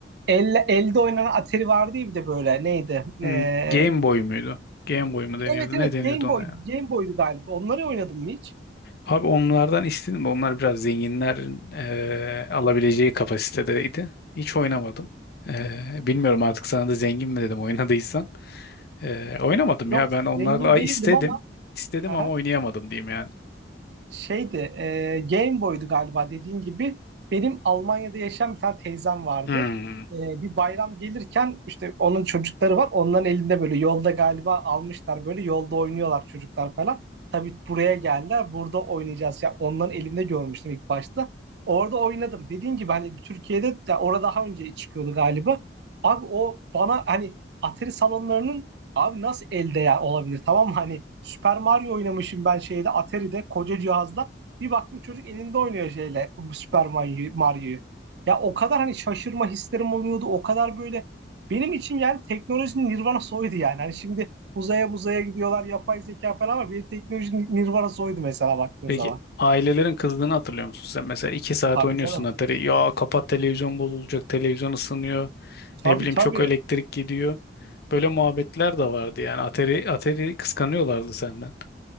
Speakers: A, on the right; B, on the left.
A: elle, elde oynanan Atari vardı ya bir de böyle neydi?
B: hmm,
A: Ee,
B: Game Boy muydu? Game Boy mu deniyordu?
A: Evet evet
B: Ne deniyordu
A: Game
B: ona
A: Boy
B: ya?
A: Game Boy'du galiba. Onları oynadım mı hiç?
B: Abi onlardan istedim de onlar biraz zenginlerin eee, alabileceği kapasitedeydi. Hiç oynamadım. Eee, bilmiyorum artık sana da zengin mi dedim oynadıysan. Ee, oynamadım
A: Yok
B: ya ben onlarla
A: zengin
B: Ay,
A: değildim
B: istedim.
A: ama.
B: İstedim
A: Aha.
B: ama oynayamadım diyeyim yani.
A: şeydi e, Game Boy'du galiba dediğin gibi benim Almanya'da yaşayan bir tane teyzem vardı.
B: Hmm.
A: E, bir bayram gelirken işte onun çocukları var. Onların elinde böyle yolda galiba almışlar böyle yolda oynuyorlar çocuklar falan. Tabii buraya geldiler. Burada oynayacağız. Ya onların elinde görmüştüm ilk başta. Orada oynadım. Dediğin gibi hani Türkiye'de de orada daha önce çıkıyordu galiba. Abi o bana hani Atari salonlarının Abi nasıl elde ya olabilir tamam mı? Hani Super Mario oynamışım ben şeyde Atari'de koca cihazda. Bir baktım çocuk elinde oynuyor şeyle bu Super Mario- Mario'yu. Ya o kadar hani şaşırma hislerim oluyordu. O kadar böyle benim için yani teknolojinin nirvanası oydu yani. Hani şimdi uzaya buzaya gidiyorlar yapay zeka falan ama bir teknolojinin nirvanası oydu mesela baktığın
B: Peki
A: zaman.
B: ailelerin kızdığını hatırlıyor musun sen? Mesela iki saat
A: Tabii
B: oynuyorsun
A: canım.
B: Atari. Ya kapat televizyon bozulacak, televizyon ısınıyor.
A: Tabii
B: Ne bileyim
A: tabii.
B: çok elektrik gidiyor. Böyle muhabbetler de vardı yani. Atari, Atari kıskanıyorlardı senden.